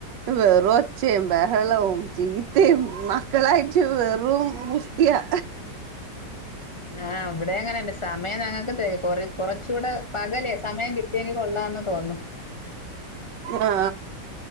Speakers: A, on the right (about 85°); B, on the left (about 50°).
A: വെറൊച്ചയും ബഹളവും ചീ ദേയ് മക്കളായിട്ട് വെറും ഗുസ്തിയാ
B: ആഹ് ഇവടെ അങ്ങനെന്നെ സമയം ഞങ്ങക്ക് തെക കുറച്ചുകൂടെ പകലേ സമയം കിട്ടിയെങ്കി കൊള്ളാന്ന് തോന്നുന്നു
A: ആ